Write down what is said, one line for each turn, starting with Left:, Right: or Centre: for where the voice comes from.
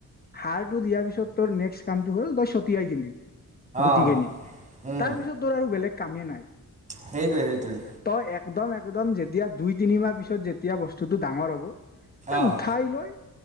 Left: সাৰটো দিয়াৰ পিছত তোৰ নেক্সট কামটো হ'ল তই ছটিয়াই দিলি। গুটিখিনি
Right: অঁ উম
Left: তাৰ পিছত তৰ আৰু বেলেগ কামেই নাই।
Right: সেইটোৱে, সেইটোৱে।
Left: তই একদম, একদম যেতিয়া দুই, তিনিমাহ পিছত যেতিয়া বস্তুটো ডাঙৰ হ'ব। এ
Right: অঁ
Left: উঠাই লৈ